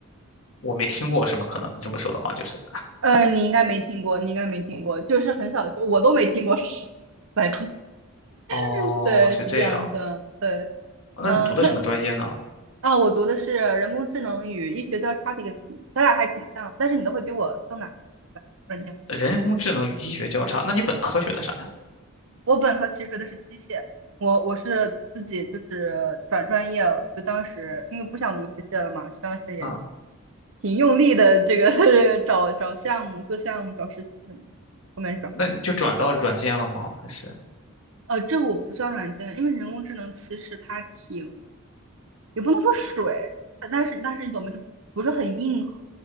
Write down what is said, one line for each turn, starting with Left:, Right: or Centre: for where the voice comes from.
Left: 我没听过是吧？可能你这么说的话就是，
Right: 呃，你应该没听过，你应该没听过，就是很小的时候我都没听过是什么来着
Left: 哦，
Right: <laughs> 对，
Left: 是这样。
Right: 是这样子，对，
Left: 哦那你读的什么专业呢？
Right: 嗯、那啊、我读的是人工智能与医学交叉的一个领域，咱俩还挺像，但是你的会比我更难，软件。
Left: 人工智能与医学交叉，那你本科学的啥呀？
Right: 我本科其实学的是机械，我我是自己就是转专业了，就当时因为不想读机械了嘛，就当时也
Left: 啊。
Right: 挺用力的，这个 <laughs> 找找项目、做项目、找实习什么的，后面找。
Left: 那你就转到软件了吗？还是？
Right: 呃，这个我不算软件，因为人工智能其实它挺，也不能说水，但但是但是你懂吗？就不是很硬核，